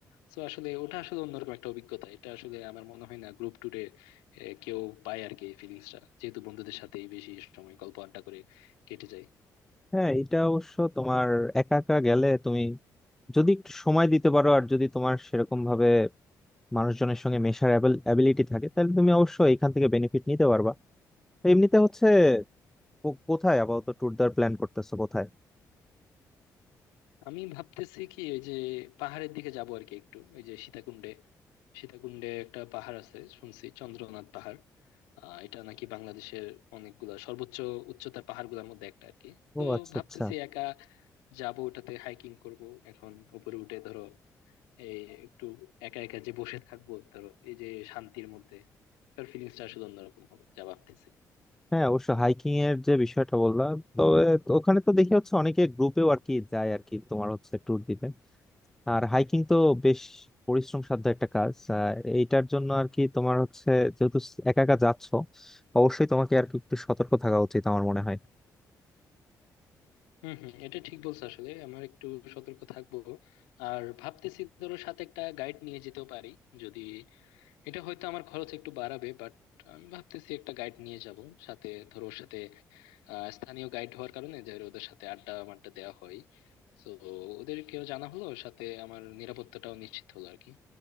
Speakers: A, on the left (about 85°); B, in the centre.
A: তো আসলে ওটা আসলে অন্যরকম একটা অভিজ্ঞতা এটা আসলে আমার মনে হয় না গ্রুপ ট্যুরে কেউ পায় আর কি এই ফিলিংসটা যেহেতু বন্ধুদের সাথেই বেশি সময় গল্প আড্ডা করে কেটে যায়
B: হ্যাঁ এটা অবশ্য তোমার একা একা গেলে তুমি যদি একটু সময় দিতে পারো আর যদি তোমার সেরকম ভাবে মানুষজনের সঙ্গে মেশার অ্যাবিলিটি থাকে তাহলে তুমি অবশ্যই এখান থেকে বেনিফিট নিতে পারবা তো এমনিতে হচ্ছে কো- কোথায় আপাতত ট্যুর দেওয়ার প্ল্যান করতেছো কোথায়
A: আমি ভাবতেছি কি ওই যে পাহাড়ের দিকে যাবো আর কি একটু ওই যে সীতাকুণ্ডে সীতাকুণ্ডে একটা পাহাড় আছে শুনছি চন্দ্রনাথ পাহাড় আহ এটা নাকি বাংলাদেশের অনেকগুলা সর্বোচ্চ উচ্চতার পাহাড়গুলোর মধ্যে একটা আর কি তো
B: ও আচ্ছা
A: ভাবতেছি
B: আচ্ছা
A: একা যাব ওটাতে হাইকিং করব এখন উপরে উঠে ধরো এই একটু একা একা যে বসে থাকবো ধরো এই যে শান্তির মধ্যে তার ফিলিংসটা আসলে অন্যরকম হবে যা ভাবতেছি
B: হ্যাঁ অবশ্য হাইকিং এর যে বিষয়টা বললাম তবে ওখানে তো দেখি হচ্ছে অনেকে গ্রুপেও আর কি যায় আর কি তোমার হচ্ছে ট্যুর দিতে আর হাইকিং তো বেশ পরিশ্রম সাধ্য একটা কাজ আহ, এইটার জন্য আর কি তোমার হচ্ছে যেহেতু একা একা যাচ্ছ অবশ্যই তোমাকে আর কি একটু সতর্ক থাকা উচিত আমার মনে হয়
A: হম হম এটা ঠিক বলছো আসলে আমার একটু সতর্ক থাকবো আর ভাবতেছি ধরো সাথে একটা গাইড নিয়ে যেতেও পারি যদি এটা হয়তো আমার খরচ একটু বাড়াবে বাট আমি ভাবতেছি একটা গাইড নিয়ে যাব সাথে ধরো ওর সাথে আহ, স্থানীয় গাইড হওয়ার কারণে যে ওদের সাথে আড্ডা মাড্ডা দেওয়া হয় তো ওদেরকেও জানা হলো সাথে আমার নিরাপত্তাটাও নিশ্চিত হলো আর কি